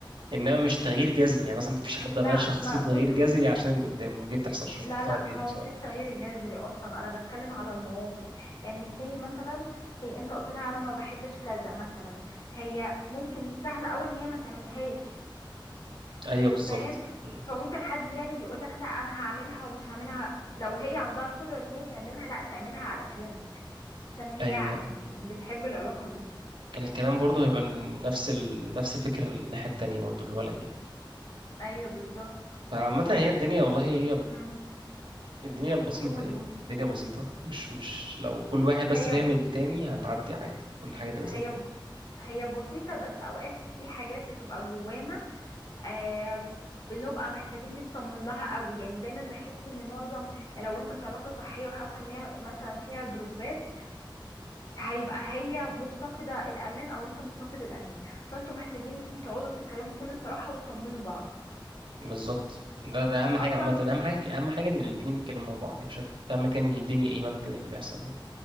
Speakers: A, on the right; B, on the left.
A: إنما مش تغيير جذري يعني مثلا مفيش حد
B: لا
A: غير شخصيته
B: ما بص
A: تغيير جذري
B: ما
A: عشان اللي قدامه ودي بتحصل مش
B: لا
A: مقتنع
B: لا
A: بيها
B: هو
A: بصراحة
B: ما فيش تغيير جذري اصلا انا بتكلم على المواقف يعني سي مثلا سي انت قلت لها انا ما بحبش كذا مثلا هي ممكن السهل قوي ان هي ما تعملهاش
A: أيوه بالظبط
B: فاهم
A: م.
B: فممكن حد يعني يقول لك لا انا هعملها ومش هعملها لو هي عندها القدرة ان هي تعملها لا تعملها علشانك عشان هي
A: أيوه
B: بتحب العلاقة دي
A: الكلام برضه هيبقى نفس ال... نفس الفكر الناحية التانية برضه الولد يعني
B: ايوه بالظبط
A: فعامة هي
B: عايزة
A: الدنيا
B: أس...
A: والله هي
B: مم.
A: الدنيا بسيطة
B: قول
A: يعني
B: قول
A: الدنيا بسيطة مش مش لو كل واحد بس
B: هي
A: فاهم التاني هتعدي عادي كل حاجة تبقى
B: هي
A: زي الفل
B: هي بسيطة بس اوقات في حاجات بتبقى جوانا آه بنبقى محتاجين نطمن لها قوي يعني دايما بحس ان معظم يعني لو انت في علاقة صحية وحصل ميا- مثلا فيها دروبات هيبقى هي مفتقدة الأمان أو أنت مفتقد الأمان فأنتوا محتاجين تقعدوا تتكلموا بكل صراحة وتطمنوا بعض
A: بالظبط ده ده أهم
B: أصلا
A: حاجة عامة أهم حاجة أهم حاجة إن الاتنين يتكلموا مع بعض يعني بشكل فاهما كان الدنيا إيه ممكن اللي بيحصل يعني